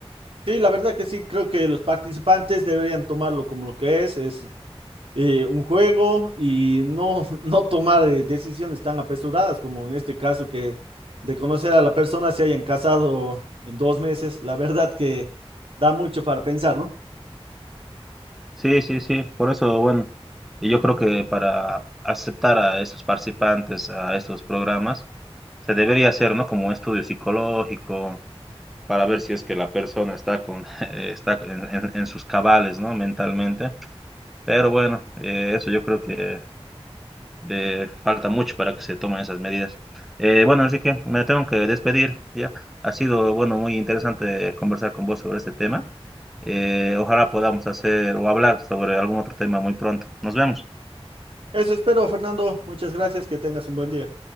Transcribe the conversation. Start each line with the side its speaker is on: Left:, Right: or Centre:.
Right: Sí, la verdad que sí, creo que los participantes deberían tomarlo como lo que es, es eh, un juego y no, <laughs> no tomar eh, decisiones tan apresuradas como en este caso que de conocer a la persona se hayan casado en dos meses. La verdad que da mucho para pensar, ¿no?
Centre: Sí, sí, sí. Por eso, bueno, yo creo que para aceptar a estos participantes a estos programas, se debería hacer, ¿no? Como un estudio psicológico para ver si es que la persona está con <laughs> está en, en- en sus cabales, ¿no? Mentalmente. Pero bueno, eh, eso yo creo que de- falta mucho para que se tomen esas medidas. Eh, bueno, así que me tengo que despedir, ¿ya? Ha sido, bueno, muy interesante conversar con vos sobre este tema. Eh, ojalá podamos hacer o hablar sobre algún otro tema muy pronto. Nos vemos.
Right: Eso espero, Fernando. Muchas gracias. Que tengas un buen día.